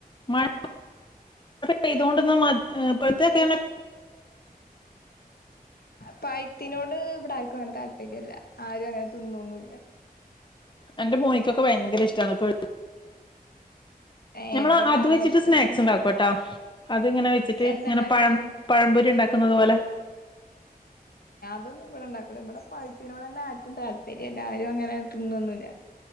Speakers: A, on the left; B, on the left.
A: മ മഴ പെയ്യെത്തോടെ <unintelligible>
B: ആ പാഴ്യത്തിനോടെ ഇവിടെ ആരെക്കും അങ്ങനെ താല്പര്യമില് ആരും അങ്ങനെ തിന്നൊന്ന് ഇല്ല
A: എന്റെ മോനേക്കൊക്കെ ഭയകര ഇഷ്ട്ടന്ന് പ
B: ഏഹ്
A: നമ്മളെ
B: ഇവിടെ
A: അത്
B: അങ്ങനെ
A: വെച്ചിടെ
B: ഇഷ്ടം
A: സ്‌നേക്സ്
B: തന്നെ
A: ഇണ്ടാകുട്ടോ അത് ഇങ്ങനെ വെച്ചിട്
B: എന്താ
A: ഇങ്ങനെ
B: ഇണ്ടാക്കല്
A: പഴം പഴംപൊരി ഇണ്ടാക്കാന്പോലെ
B: അതെയൊന്നും ഇവിടെ ഉണ്ടാകുല ഇവിടെ പഴത്തതിനോട് തന്നെ താല്പര്യല്ല ആരും അങ്ങനെ തിന്നാന്നുമില്ല